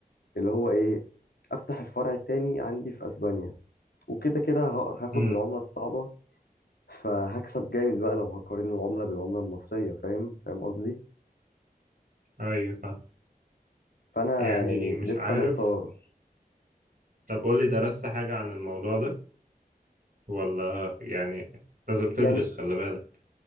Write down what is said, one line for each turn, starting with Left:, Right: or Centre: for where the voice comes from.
Left: اللي هو ايه افتح الفرع التاني عندي في اسبانيا وكده كده ه- هاخد
Right: امم
Left: بالعملة الصعبة فهكسب جامد بقى لو هقارن العملة بالعملة المصرية فاهم فاهم قصدي
Right: اي فاهم
Left: فانا
Right: يعني
Left: يعني
Right: مش
Left: لسه
Right: عارف
Left: محتار
Right: طب قول لي درست حاجة عن الموضوع ده ولا يعني لازم تدرس
Left: يعني
Right: خلي بالك